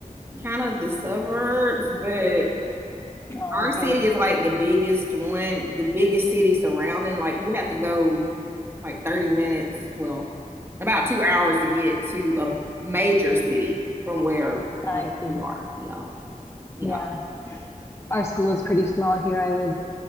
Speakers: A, on the right; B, on the left.
A: kind of the suburbs, but
B: Oh,
A: our
B: okay.
A: city is like the biggest one, the biggest city surrounding. Like you have to go like 30 minutes, well, about two hours to get to a major city from where
B: I
A: from where
B: see.
A: we are. Yeah. Yeah.
B: Yeah. Our school is pretty small here. I live